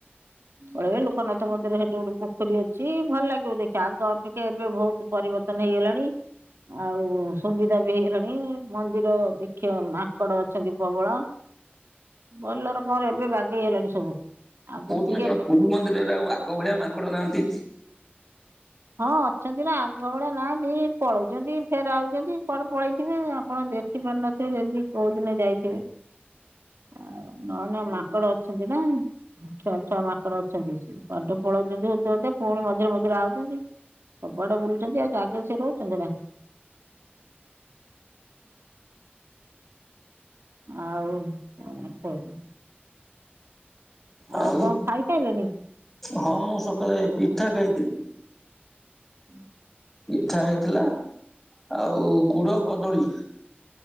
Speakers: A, on the right; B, in the centre.
A: ପଳେଇବେ ଲୋକନାଥ ମନ୍ଦିର ସେଠି ଗୋଟେ ପୋଖରୀ ଅଛି। ଭଲ ଲାଗିବ ଦେଖି। ଆଗ ଅପେକ୍ଷା ଏବେ ବହୁତ୍ ପରିବର୍ତ୍ତନ ହେଇଗଲାଣି ।ଆଉ ସୁବିଧା ବି ହେଇଗଲାଣି ମନ୍ଦିର ଦେଖିବ ମାଙ୍କଡ଼ ଅଛନ୍ତି ପ୍ରବଳ ଭଲରେ କର ଏବେ ବାଗେଇ ହେଲାଣି ସବୁ। ଆବୁଲ୍।
B: ଜଣେ ପୁରୀ ମନ୍ଦିରରେ ଆଉ ଆଗ ଭଳିଆ ମାଙ୍କଡ ନାହାନ୍ତି।
A: ହଁ ଅଛନ୍ତି ନା ଆଗ ଭଳିଆ ନା ଦି ପଳଉଛନ୍ତି ଫେର ଆଉଛନ୍ତି କଆଡେ ପଳେଇଥିବେ ଆପଣ ଦେଖିପାରୁ ନଥିବେ ଯଦି କୋଉ ଦିନେ ଯାଇଥିବେ ନ ନ ମାଙ୍କଡ ଅଛନ୍ତି ନା ଛଅ ଛଅ ମାଙ୍କଡ ଅଛନ୍ତି ସେ କଆଠେ ପଳଉଛନ୍ତି ହତେ ହତେ ପୁଣି ମଝିରେ ମଝିରେ ଆଉଛନ୍ତି। ସବୁଆଡେ ବୁଲୁଛନ୍ତି ଆଉ ଜାଗେ ସେ ରହୁଛନ୍ତି ନା ଆଉ କଣ କହିଲି? ଆପଣ
B: ଆଉ
A: ଖାଇ ସାରିଲେଣି।
B: ହଁ ମୁଁ ସକାଳେ ପିଠା ଖାଇଥିଲି।
A: ହୁଁ <inaudible>
B: ପିଠା ହେଇଥିଲା ଆଉ ଗୁଡ କଦଳୀ।